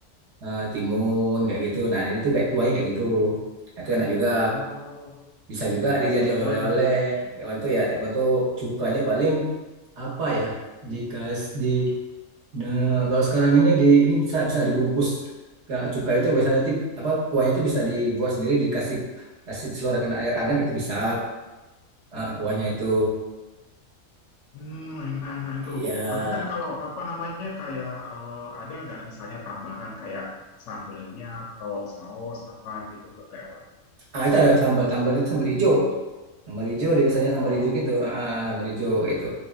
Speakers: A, on the right; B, on the left.
A: eh, timun kayak gitu. Nah, ini tuh kayak kuahnya kayak gitu. Nah, itu enak juga.
B: oh
A: Bisa juga dijadiin
B: Taiwan
A: oleh-oleh.
B: ya Mm.
A: Tekwan tuh ya, tekwan tuh cukanya paling apa ya? Dikas di nah, kalau sekarang ini di ini bisa bisa dibungkus. Ke- Cuka itu biasanya nanti apa kuahnya itu bisa dibuat sendiri dikasih kasih selorkan air hangat itu bisa eh, kuahnya itu.
B: Hmm, enak-enak itu.
A: Ya,
B: Tapi kan kalau apa namanya kayak eh, ada nggak misalnya tambahan kayak sambelnya atau saus apa gitu untuk tekwan?
A: ah itu ada sambal, sambalnya itu sambal hijau. Sambal hijau dia biasanya sambal
B: Oh,
A: hijau gitu. Ah,
B: oke.
A: sambal hijau itu.